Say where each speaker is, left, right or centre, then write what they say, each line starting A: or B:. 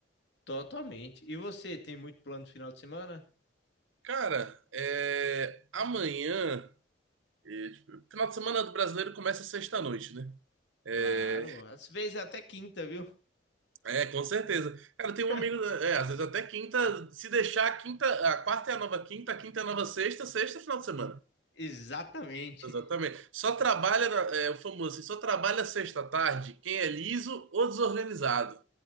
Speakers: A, on the left; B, on the right.
A: totalmente. E você tem muito plano no final de semana?
B: Cara, é, amanhã. é, tipo, final de semana do brasileiro começa sexta-noite, né? É,
A: Claro, às vezes é até quinta, viu?
B: É, com certeza. Cara, tem um
A: <laughs>
B: amigo, é, às vezes até quinta, se deixar a quinta, a quarta é a nova quinta, a quinta é a nova sexta, sexta é final de semana.
A: Exatamente.
B: Exatamente. Só trabalha, na- é o famoso, assim, só trabalha sexta à tarde quem é liso ou desorganizado.